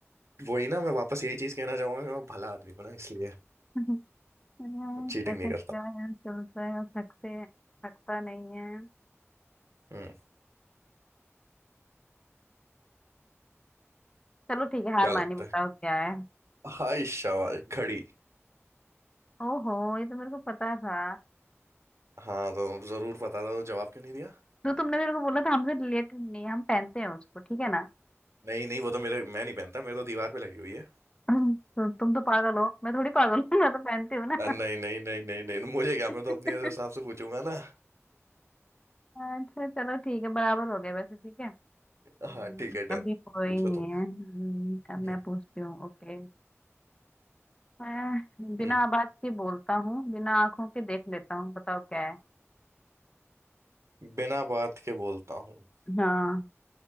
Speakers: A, on the right; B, on the left.
A: वही ना मैं वापस यही चीज कहना चाहूंगा कि मैं भला आदमी हूं ना इसलिए
B: <laughs> अरे,
A: चीटिंग
B: ऐसा
A: नहीं करता
B: क्या है चलता है और थकते थकता नहीं है
A: हम्म
B: चलो ठीक है हार
A: क्या
B: मानी
A: लगता
B: बताओ
A: है
B: क्या है
A: हाय शाबाश घड़ी
B: ओहो ये तो मेरे को पता था
A: हाँ तो जरूर पता था तो जवाब क्यों नहीं दिया
B: जो तुमने मेरे को बोला था हमसे रिलेटेड नहीं है, हम पहनते हैं उसको ठीक है ना
A: नहीं नहीं वो तो मेरे मैं नहीं पहनता मेरे तो दीवार पे लगी हुई है
B: <laughs> तो तुम तो पागल हो मैं थोड़ी पागल हूँ <laughs> मैं तो पहनती हूँ ना
A: अ, नहीं नहीं नहीं नहीं नहीं मुझे क्या मैं
B: <laughs>
A: तो अपने हिसाब से पूछूंगा ना
B: अच्छा चलो ठीक है बराबर हो गया वैसे ठीक है हम्म,
A: हाँ ठीक है डन
B: अभी कोई
A: पूछो
B: नहीं
A: तुम
B: है हम्म, अब
A: हम्म
B: मैं पूछती हूँ ओके मैं बिना
A: हम्म,
B: आवाज के बोलता हूँ बिना आंखों के देख लेता हूँ बताओ क्या है
A: बिना बात के बोलता हूँ
B: हाँ